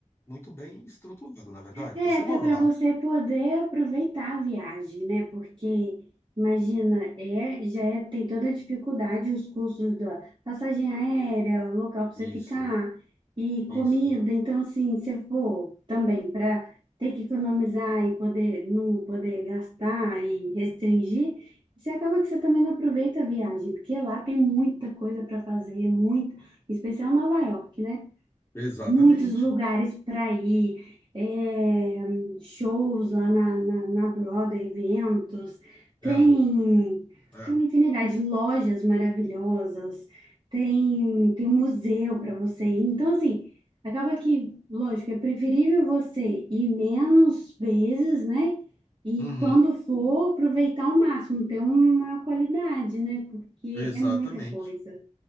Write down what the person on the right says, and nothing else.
É,
até
para
você poder aproveitar a viagem, né? Porque, imagina, é, já é- tem toda a dificuldade, os custos da passagem aérea, o local para você
ficar e
comida. Então, assim, se for também para ter que economizar e poder não poder gastar e restringir, você acaba que você também não aproveita a viagem, porque lá tem muita coisa para fazer, muito, em especial Nova York, né?
muitos lugares para ir, é, shows lá na, na, na Broadway, eventos, tem,
tem uma infinidade de lojas maravilhosas, tem, tem um museu para você ir. Então, assim, acaba que, lógico, é preferível você ir menos vezes, né? E
quando for, aproveitar ao máximo, ter uma qualidade, né? Porque
é muita coisa.